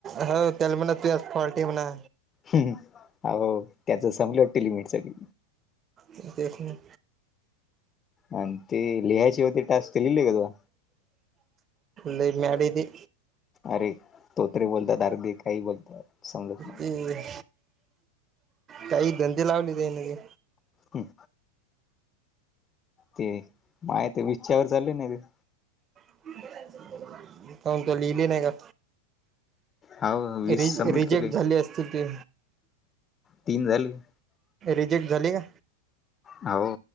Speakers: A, on the right (about 25°); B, on the left (about 25°).
A: हो हो त्याल म्हणा तूझ्यात फॉल्ट हे म्हणा
B: हू हू आहो, त्याच संपल वाटत लिमिट सगळी.
A: हू तेच ना.
B: आणि ते लिहायची होती टास्क ते लिहिली का तू?
A: लई मॅड हाय ते.
B: अरे तोत्रे बोलतात, दारु दे काही बोलतात. समजत नाही
A: ते काही धंदे लावले ते ना ते.
B: हम ते, माय ते बिच्छावर चालले ना ते
A: <inaudible> कोण ते लिहिले नाही का?
B: हो वीस
A: रि,
B: सबमिट
A: रिजेक्ट
B: केले
A: झाले असतील ते
B: तीन झालेत.
A: रिजेक्ट झाली का?
B: हावो.